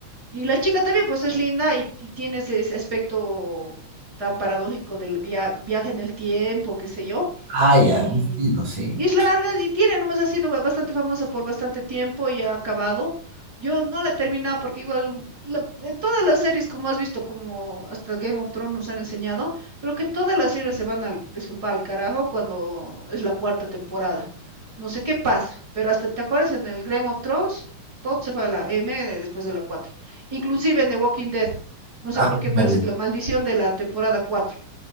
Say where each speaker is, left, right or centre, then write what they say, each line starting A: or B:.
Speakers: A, on the right; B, on the right.
A: y la chica también, pues es linda y, y tiene ese, ese aspecto tan paradójico del via- viaje en el tiempo, qué sé yo.
B: Ah, ya,
A: Y,
B: mi estilo, sí.
A: y es larga y tiene, nomás ha sido ba- bastante famosa por bastante tiempo y ha acabado. Yo no la he terminado porque igual la- en todas las series, como has visto, como hasta Game of Thrones nos han enseñado, creo que todas las series se van al, disculpa, al carajo cuando es la cuarta temporada. No sé qué pasa, pero hasta te acuerdas en el Game of Thrones, todo se fue a la M de- después de la 4 inclusive en The Walking Dead. No sé
B: Ah,
A: por qué parece
B: me vi-
A: que la maldición de la temporada cuatro